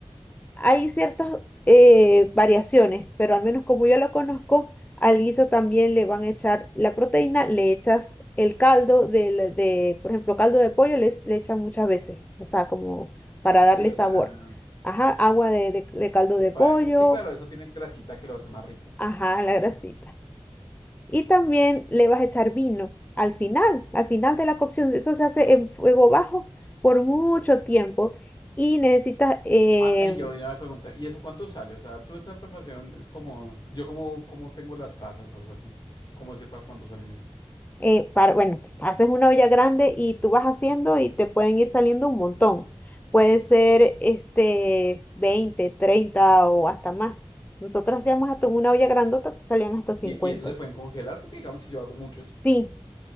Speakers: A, on the left; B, on the left.
A: hay ciertas eh, variaciones, pero al menos como yo lo conozco, al guiso también le van a echar la proteína, le echas el caldo de, de, por ejemplo, caldo de pollo le, le echan muchas veces, o sea, como para darle
B: sí, o
A: sabor.
B: sea,
A: Ajá, agua de, de de caldo de
B: pa-
A: pollo,
B: sí, claro, eso tiene grasita que lo hace más rico.
A: ajá, la grasita. Y también le vas a echar vino al final, al final de la cocción. Eso se hace en fuego bajo por mucho tiempo y necesitas, eh,
B: Ah, y yo iba a preguntar, ¿y eso cuánto sale? O sea, tú esa preparación es como, yo como, como tengo las tazas o algo así. ¿Cómo sé para cuánto salen eso?
A: eh, para, bueno, haces una olla grande y tú vas haciendo y te pueden ir saliendo un montón. Puede ser este veinte treinta o hasta más. Nosotros hacíamos hasta una olla grandota, te salían hasta cincuenta
B: Y, y eso se pueden congelar porque, digamos, si yo hago muchos.
A: Sí,